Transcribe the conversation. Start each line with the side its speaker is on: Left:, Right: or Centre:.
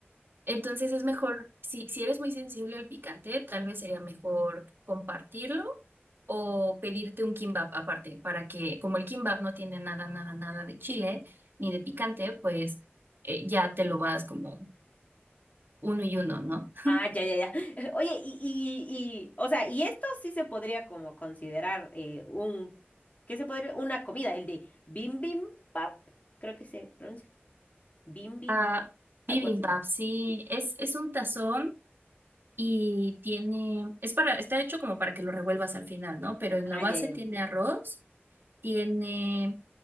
Right: entonces es mejor, si, si eres muy sensible al picante, tal vez sería mejor compartirlo o pedirte un kimbap aparte, para que como el kimbap no tiene nada, nada, nada de chile ni de picante, pues eh, ya te lo vas como uno y uno, ¿no?
Left: Ah, ya, ya, ya. <laughs> Oye, y, y, y, o sea, y esto sí se podría como considerar eh, un, ¿qué se podría? Una comida, el de bim bim pap, creo que se pronuncia. Bim bim,
Right: Ah,
Left: algo
Right: bibimbap,
Left: así.
Right: sí,
Left: Sí.
Right: es, es un tazón y tiene, es para, está hecho como para que lo revuelvas al final, ¿no? Pero en la
Left: Ah,
Right: base
Left: ya, ya.
Right: tiene arroz, tiene